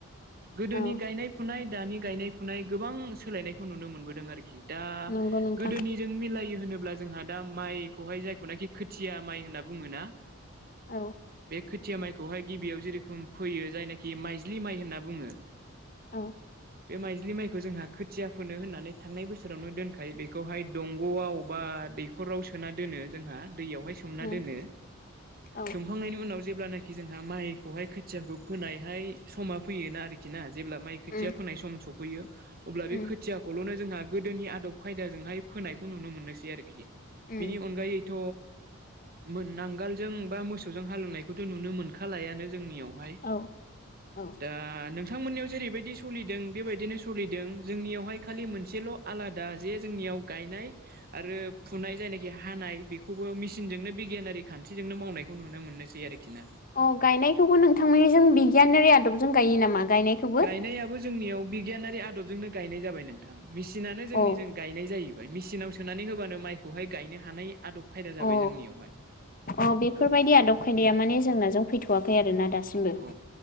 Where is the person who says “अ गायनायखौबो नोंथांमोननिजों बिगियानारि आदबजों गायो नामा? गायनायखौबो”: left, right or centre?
Left